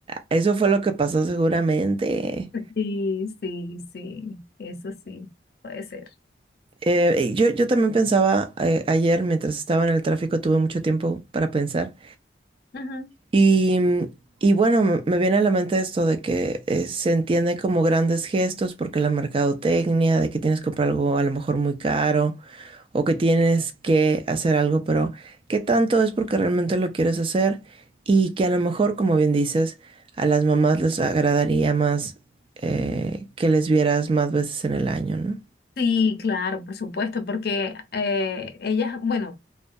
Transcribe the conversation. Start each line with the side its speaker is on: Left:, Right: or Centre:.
Right: Eso fue lo que pasó seguramente.
Left: Sí, sí, sí, eso sí, puede ser.
Right: Eh, yo, yo también pensaba, eh, ayer mientras estaba en el tráfico, tuve mucho tiempo para pensar
Left: Ujú.
Right: Y, y bueno, me me viene a la mente esto de que eh, se entiende como grandes gestos porque la mercadotecnia, de que tienes que comprar algo a lo mejor muy caro o que tienes que hacer algo, pero ¿qué tanto es porque realmente lo quieres hacer? Y que a lo mejor, como bien dices, a las mamás les agradaría más eh, que les vieras más veces en el año, ¿no?
Left: Sí, claro, por supuesto, porque eh, ellas, bueno,